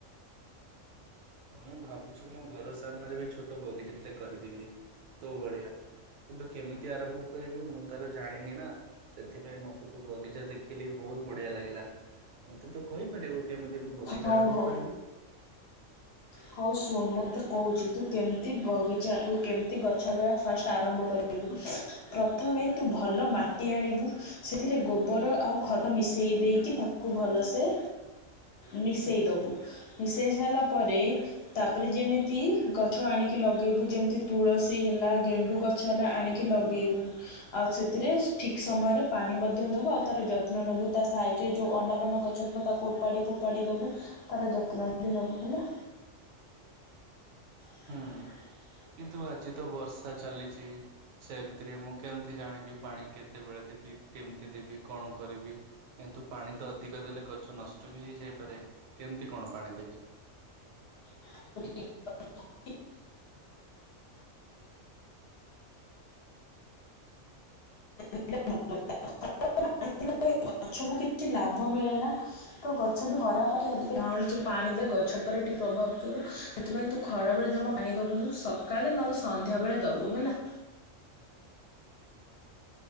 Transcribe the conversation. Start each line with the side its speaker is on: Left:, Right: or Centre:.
Right: ମୁଁ ଭାବୁଛି ମୋ ଘର ସାମ୍ନାରେ ବି ଛୋଟ ବଗିଚା ଦିଟା କରିଦେବି ତୋ ଭଳିଆ। କିନ୍ତୁ କେମିତି ଆରମ୍ଭ କରିବି ମୁଁ ତାର ଜାଣିନି ନା। ସେଥିପାଇଁ ମତେ ତୁ ବଗିଚା ଦେଖିଲି ବହୁତ ବଢିଆ ଲାଗିଲା। ମତେ ତୁ କହିପାରିବୁ କେମିତି ବଗିଚା
Left: ହଉ
Right: ଆରମ୍ଭ
Left: ହଉ
Right: କରିବି?
Left: ହଉ ଶୁଣ ମୁଁ ତତେ କହୁଛି ତୁ କେମିତି ବଗିଚା ତୁ କେମିତି ଗଛ ବା ଫାଷ୍ଟ ଆରମ୍ଭ କରିବୁ। ପ୍ରଥମେ ତୁ ଭଲ ମାଟି ଆଣିବୁ। ସେଥିରେ ଗୋବର ଆଉ ଖତ ମିଶେଇ ଦେଇକି ତାକୁ ଭଲସେ ମିଶେଇଦବୁ। ମିଶେଇ ସାରିଲା ପରେ ତାପରେ ଯେମିତି ଗଛ ଆଣିକି ଲଗେଇବୁ। ଯେମିତି ତୁଳସୀ ହେଲା ଗେଣ୍ଡୁ ଗ ଛ ହେଲା ଆଣିକି ଲଗେଇବୁ। ଆଉ ସେଥିରେ ଠିକ୍ ସମୟରେ ପାଣି ମଧ୍ୟ ଦବୁ ଆଉ ତାର ଯତ୍ନ ନବୁ। ତା ସାଇଟରେ ଯୋଉ ଅନାପନା ଗଛ <unintelligible> ତାକୁ ଓପାଡ଼ି ଫୋପାଡ଼ି ଦବୁ ତାର ଯତ୍ନ ବି ନବୁ ହେଲା। <unintelligible>
Right: ହୁଁ। କିନ୍ତୁ ଆଜି ତ ବର୍ଷା ଚାଲିଛି। ସେମ୍ ଥିରେ ମୁଁ କେମ୍ତି ଜାଣିବି ପାଣି କେତେବେଳେ ଦେବି କେମ୍ତି ଦେବି କଣ କରିବି? କିନ୍ତୁ ପାଣି ତ ଅଧିକ ଦେଲେ ଗଛ ନଷ୍ଟ ବି ହେଇଯାଇପାରେ କେମ୍ତି କଣ ପାଣି ଦେବି?
Left: <unintelligible> <unintelligible> ଗଛକୁ କିଛି ଲାଭ ମିଳେ ନା? ତ ଗଛ ବି ଖରା ପାଖେ ଅଧିକା ଝାଉଁଳିଛି ପାଣି ଦେ ଗଛ ଉପରେ ଟିକେ ପ୍ରଭାବ ପବ ସେଥିପାଇଁ ତୁ ଖରାବେଳେ ଜମା ପାଣି ଦବୁନୁ। ସକାଳେ ନହେଲେ ସନ୍ଧ୍ୟାବେଳେ ଦବୁ ହେଲା।